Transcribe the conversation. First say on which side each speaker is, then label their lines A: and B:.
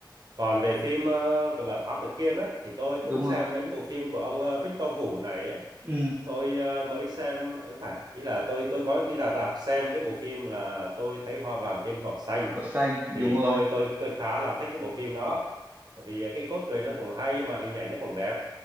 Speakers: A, on the right; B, on the right.
A: còn về phim ờ, gọi là Thám Tử Kiên á thì tôi
B: đúng
A: cũng xem
B: rồi
A: mấy cái bộ phim của ông ờ, Victor Vũ này á.
B: ừ
A: Tôi ờ, mới xem ấy không phải, ý là tôi tôi có đi ra rạp xem cái bộ phim là tôi thấy hoa vàng trên cỏ xanh
B: có xanh
A: thì
B: đúng rồi
A: tôi tôi tôi khá là thích cái bộ phim đó. Tại vì ờ, cái cốt truyện nó cũng hay mà hình ảnh nó cũng đẹp.